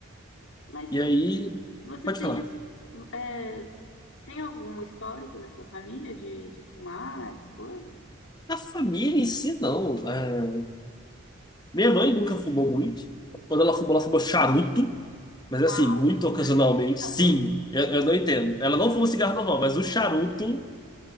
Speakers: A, on the left; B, on the left.
A: Mas
B: E aí,
A: você
B: pode
A: tem
B: falar.
A: esse, é, tem algum histórico na sua família de, de fumar, essas coisas?
B: A família em si, não. É, Minha mãe nunca fumou muito. Quando ela fumou, ela fumou charuto, mas
A: Uau!
B: assim, muito ocasionalmente.
A: Charuto.
B: Sim, eu, eu não entendo. Ela não fuma cigarro normal, mas o charuto,